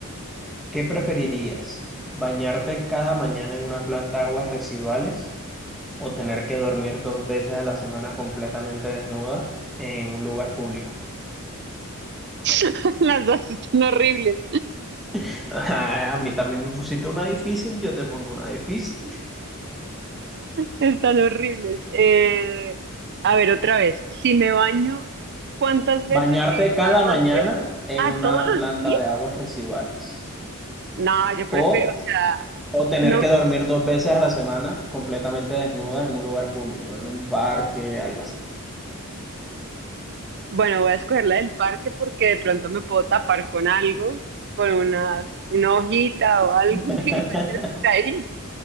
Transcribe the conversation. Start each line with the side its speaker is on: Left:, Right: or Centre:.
Centre: ¿qué preferirías? ¿Bañarte cada mañana en una planta de aguas residuales? o tener
Right: Wow.
Centre: que dormir dos veces a la semana completamente desnuda en un lugar público.
Right: <laughs> Las dos están horribles.
Centre: <laughs> A mí también me pusiste una difícil, yo te pongo una difícil.
Right: Están horribles. Eh, a ver, otra vez. Si me baño, ¿cuántas veces
Centre: Bañarte
Right: en
Centre: cada
Right: aguas
Centre: mañana
Right: re-
Centre: en
Right: ¿A
Centre: una
Right: todos
Centre: planta
Right: los días?
Centre: de aguas residuales
Right: No, yo prefiero,
Centre: o,
Right: o sea,
Centre: o tener
Right: no
Centre: que dormir dos veces a la semana completamente desnuda en un lugar público, en un parque, algo así.
Right: Bueno, voy a escoger la del parque porque de pronto me puedo tapar con algo, con una, una hojita o algo
Centre: <laughs>
Right: <laughs> que encuentre por ahí.